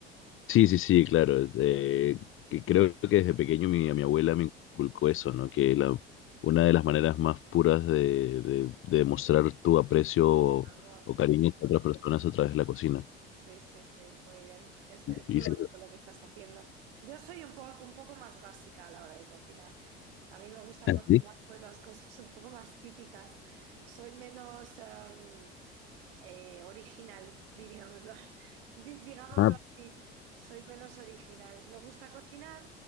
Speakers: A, on the left (about 40°); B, on the right (about 60°).
A: Sí, sí, sí, claro. es, eh, que creo que desde pequeño mi, mi abuela me inculcó eso, ¿no? Que la, una de las maneras más puras de, de, de demostrar tu aprecio o,
B: Amor,
A: o cariño hacia otras personas es a través de la cocina.
B: Sí, sí, sí, muy bien. Es, es
A: Y
B: muy
A: sí.
B: bonito
A: <laughs>
B: lo que estás haciendo. Yo soy un poco, un poco más básica a la hora de cocinar. A mí me gusta
A: ¿Ah,
B: cocinar
A: sí?
B: pues las cosas un poco más típicas. Soy menos em, eh, original, diríamoslo, <laughs> di- digámoslo
A: Ah,
B: así. Soy menos original. Me gusta cocinar,